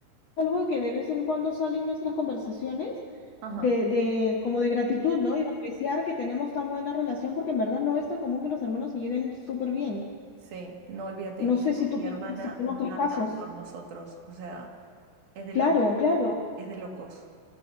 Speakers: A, on the left (about 80°); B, on the right (about 55°).
A: algo que de vez en cuando sale en nuestras conversaciones
B: Ajá,
A: de, de, como de gratitud, ¿no? Y de apreciar que tenemos tan buena relación, porque en verdad no es tan común que los hermanos se lleven súper bien.
B: sí, no olvídate.
A: No
B: Y
A: sé si
B: yo-
A: tú
B: mi
A: tienes,
B: hermana
A: si conoces
B: mata
A: casos.
B: por nosotros, o sea, es de
A: Claro,
B: locos,
A: claro,
B: es de locos.